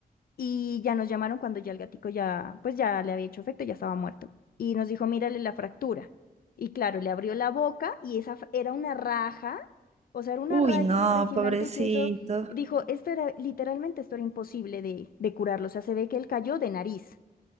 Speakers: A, on the left (about 70°); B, on the right (about 45°).
A: Y ya nos llamaron cuando ya el gatico ya, pues ya le había hecho efecto, ya estaba muerto. Y nos dijo, mírale la fractura. Y claro, le abrió la boca y esa fra- era una raja, o sea, era una
B: Uy,
A: raya
B: no,
A: impresionante
B: pobrecito.
A: que eso, dijo, esto era, literalmente esto era imposible de, de curarlo. O sea, se ve que él cayó de nariz.